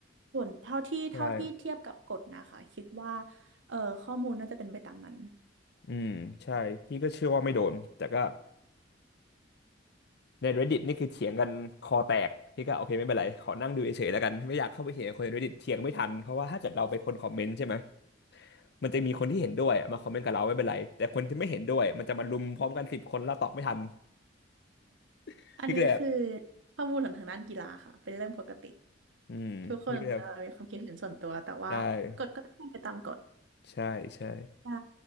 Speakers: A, on the right; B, on the left.
A: ส่วนเท่าที่เท่าที่เทียบกับกฎนะคะคิดว่า
B: ใช่
A: เออข้อมูลน่าจะเป็นไปตามนั้น
B: อืมใช่พี่ก็เชื่อว่าไม่โดนแต่ก็ ใน Reddit นี่คือเถียงกันคอแตกพี่ก็โอเคไม่เป็นไรขอนั่งดูเฉยๆแล้วกันไม่อยากเข้าไปเถียงกับคนใน Reddit เถียงไม่ทันเพราะว่าถ้าเกิดเราเป็นคนคอมเมนต์ใช่ไหมมันจะมีคนที่เห็นด้วยอะมาคอมเมนต์กับเราไม่เป็นไรแต่คนที่ไม่เห็นด้วยมันจะมารุมพร้อมกันสิบคนแล้วตอบไม่ทัน <laughs>
A: อันนี้คือ
B: พี่ก็เลยแบบ
A: ข้อมูลของทางด้านกีฬาค่ะเป็นเรื่องปกติ
B: อืมพี่ก็เลยแบบ
A: ทุกคนเอ่อมีความคิดเห็นส่วนตัวแต่ว่ากฎก็ต้องเป็นไปตามกฎ
B: ได้ใช่ใช่
A: ใช่